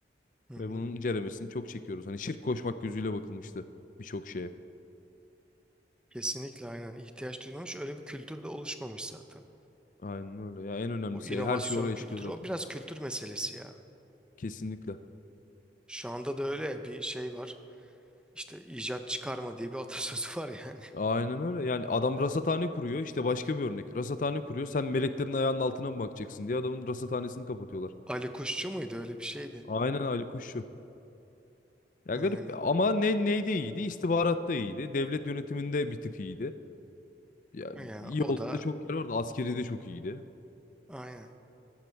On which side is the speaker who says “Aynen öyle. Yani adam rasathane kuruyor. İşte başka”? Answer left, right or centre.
Left